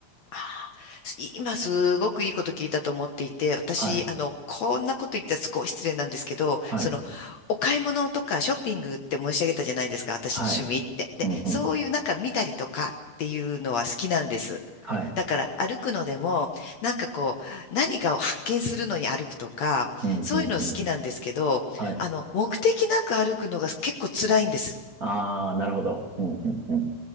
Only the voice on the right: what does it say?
はい。
はい。
はい。
うん、うん。
はい。
うん、うん、
うん。はい。
ああ、なるほど。うん、うん、うん。